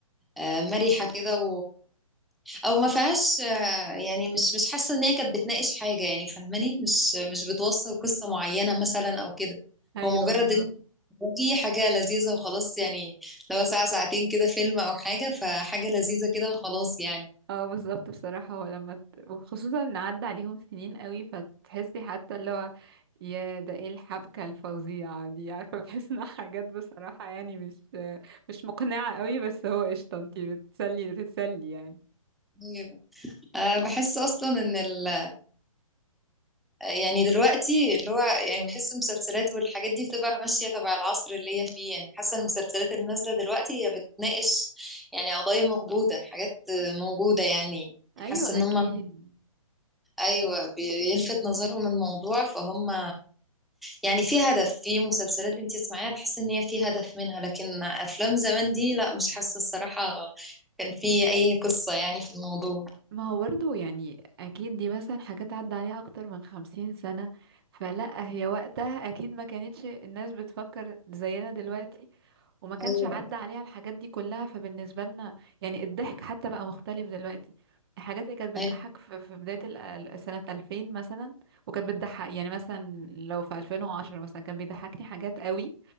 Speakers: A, in the centre; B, on the right.
A: آه، مرحه كده او ما فيهاش آه، يعني مش مش حاسه ان هي كانت بتناقش حاجه يعني فاهماني مش مش بتوصل قصه معينه مثلا او كده
B: ايوه
A: هو مجرد
B: بالظبط
A: ان دي حاجه لذيذه وخلاص يعني لو ساعه ساعتين كده فيلم او حاجه فحاجه لذيذه كده وخلاص يعني
B: اه بالظبط بصراحه هو لما ت... وخصوصا ان عدى عليهم سنين قوي فتحسي حتى اللي هو يا ده ايه الحبكه الفظيعه دي عارفه بحس انها حاجات بصراحه يعني مش مش مقنعه قوي بس هو قشطه انتي بتسلي بتتسلي يعني
A: أيوة. أه بحس اصلا ان ال... يعني دلوقتي اللي هو يعني بحس المسلسلات والحاجات دي بتبقى ماشيه تبع العصر اللي هي فيه يعني حاسه المسلسلات اللي نازله دلوقتي هي بتناقش يعني قضايا موجوده حاجات موجوده يعني
B: ايوه
A: حاسه ان
B: اكيد
A: هم ايوه بيلفت نظرهم الموضوع فهم يعني في هدف في مسلسلات انت تسمعيها تحس ان هي في هدف منها لكن افلام زمان دي لا مش حاسه الصراحه كان في اي قصه يعني في الموضوع
B: ما هو برضو يعني اكيد دي مثلا حاجات عدى عليها اكتر من خمسين سنة فلا هي وقتها اكيد ما كانتش الناس بتفكر زينا دلوقتي وما كانش
A: ايوه
B: عدى عليها الحاجات دي كلها فبالنسبة لنا يعني الضحك حتى بقى مختلف دلوقتي الحاجات اللي كانت بتضحك
A: ايوه
B: في في بداية ال- ال- سنة 2000 مثلا وكانت بتضحك يعني مثلا لو في 2010 مثلا كان بيضحكني حاجات قوي